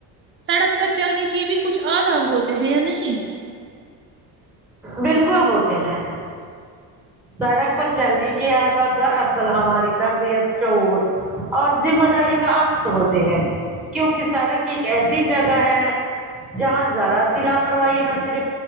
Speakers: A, on the right; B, in the centre.
A: سڑک پر چلنے کے بھی کچھ آد آاب ہوتے ہیں یا نہیں
B: بالکل ہوتے ہیں سڑک پر چلنی کیا یادب در اصل ہماری تربیت چور اور ذمہ داری کا عکس ہوتے ہیں کیونکہ سڑک ایک ایسی جگہ ہے جہاں ذرا سی لاپرواہی نہ صرف